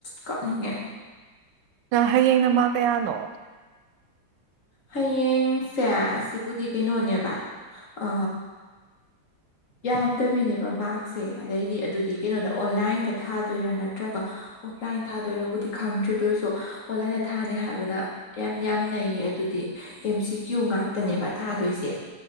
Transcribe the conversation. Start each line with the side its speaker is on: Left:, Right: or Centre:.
Left: ꯀꯞꯅꯤꯡꯉꯦ
Right: ꯍꯌꯦꯡ ꯅꯃꯥ ꯀꯌꯥꯅꯣ
Left: ꯍꯌꯦꯡꯁꯦ ꯁꯤꯕꯨꯗꯤ ꯀꯩꯅꯣꯅꯦꯕ ꯑ ꯌꯥꯝꯗꯕꯤꯅꯦꯕ ꯃꯥꯔꯛꯁꯦ ꯑꯗꯩꯗꯤ ꯑꯗꯨꯗꯤ ꯀꯩꯅꯣꯗ ꯑꯣꯟꯂꯥꯏꯟꯗ ꯊꯥꯗꯣꯏꯔꯥ ꯅꯠꯇ꯭ꯔꯒ ꯑꯣꯐꯂꯥꯏꯟ ꯊꯥꯗꯣꯏꯔꯕꯨꯗꯤ ꯈꯪꯗ꯭ꯔꯦ ꯇꯣꯏꯁꯨ ꯑꯣꯟꯂꯥꯏꯅ ꯊꯥꯅꯤ ꯍꯥꯏꯕꯅ ꯌꯥꯝ ꯌꯥꯝ ꯅꯩꯌꯦ ꯑꯗꯨꯗꯤ ꯑꯦꯝ ꯁꯤ ꯀ꯭ꯌꯨ ꯉꯥꯛꯇꯅꯦꯕ ꯊꯥꯗꯣꯏꯁꯦ